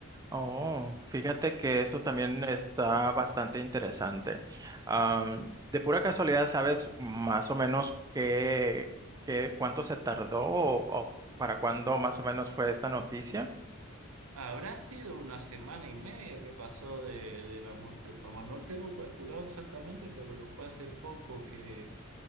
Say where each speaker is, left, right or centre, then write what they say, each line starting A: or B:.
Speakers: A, on the right; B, on the right.
A: Oh, fíjate que eso también está bastante interesante. Am, de pura casualidad, ¿sabes más o menos qué, qué, cuánto se tardó o, o para cuándo más o menos fue esta noticia?
B: Habrá sido una semana y media que pasó de, de la muerte del papa. No tengo calculado exactamente, pero fue hace poco que